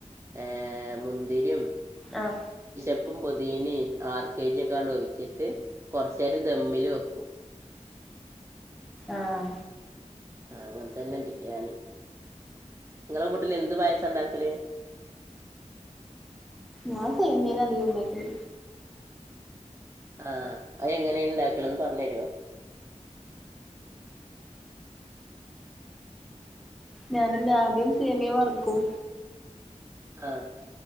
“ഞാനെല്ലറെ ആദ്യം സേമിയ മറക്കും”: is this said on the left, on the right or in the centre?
Centre